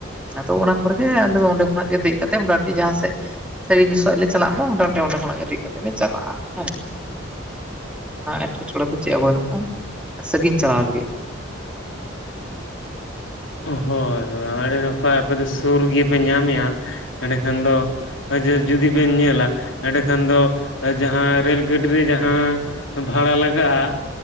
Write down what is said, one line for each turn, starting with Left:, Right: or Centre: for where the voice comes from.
Centre: ᱟᱫᱚ ᱚᱱᱟ ᱠᱚᱨᱮᱜᱮ ᱟᱞᱮ ᱫᱚ ᱚᱸᱰᱮ ᱠᱷᱚᱱᱟᱜ ᱜᱮ ᱫᱮᱡ ᱠᱟᱛᱮ ᱮᱢ ᱩᱴᱷᱚᱜ ᱡᱟᱦᱟᱸ ᱥᱮᱫ ᱼᱼ ᱥᱟᱹᱜᱤᱧ ᱥᱮᱜᱞᱮ ᱪᱟᱞᱟᱜᱼᱢᱟ ᱢᱳᱴᱟ ᱢᱩᱴᱤ ᱚᱸᱰᱮ ᱠᱷᱚᱱᱟᱜ ᱜᱮ ᱫᱮᱡᱽ ᱠᱟᱛᱮ ᱞᱮ ᱪᱟᱞᱟᱜᱼᱟ ᱾ ᱦᱮᱸ ᱮᱴᱠᱮᱴᱚᱲᱮ ᱫᱚ ᱪᱮᱫ ᱦᱚᱸ ᱵᱟᱹᱱᱩᱜᱼᱟ ᱥᱟᱺᱟᱹᱜᱤᱧ ᱪᱟᱞᱟᱣ ᱞᱟᱹᱜᱤᱫᱼᱼ
Left: ᱦᱳᱭ ᱦᱳᱭ ᱟᱹᱰᱤ ᱱᱟᱯᱟᱭ ᱟᱯᱮ ᱫᱚ ᱥᱩᱨ ᱜᱮᱯᱮ ᱧᱟᱢᱮᱜᱼᱟ ᱮᱸᱰᱮᱠᱷᱟᱱ ᱫᱚᱼᱼ ᱡᱩᱫᱤ ᱵᱮᱱ ᱧᱮᱞᱟ ᱮᱸᱰᱮᱠᱷᱟᱱ ᱫᱚ ᱡᱟᱦᱟᱸ ᱨᱮᱹᱞ ᱜᱟᱹᱰᱤ ᱨᱮ ᱡᱟᱦᱟᱸᱼᱼ ᱵᱷᱟᱲᱟ ᱞᱟᱜᱟᱜᱼᱟ